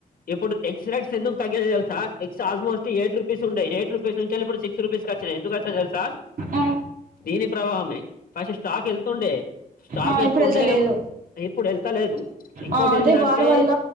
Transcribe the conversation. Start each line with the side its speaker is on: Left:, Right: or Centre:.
Left: ఎప్పుడు ఎగ్ ఎట్స్ ఎకు తగినయ్ తెలుా extra almost eight rupees ఉాయిట్ rupees నుంచి ఇప్పుడు సిక్స్ రూపీస్ వచ్చాయి ఎందుకు వా తెసా
Right: ఆ
Left: దీని ప్రభావమే ఫస్ట్ స్టాక్ వెళ్తుండే స్టాక్
Right: ఆ
Left: వస్తుండే
Right: ఇప్పుడు వెళ్తలేదు
Left: ఇప్పుడు వెళ్తలేదు ఇంకోటి
Right: ఆ అదే
Left: ఏంటిదంటే
Right: వార్ వల్ల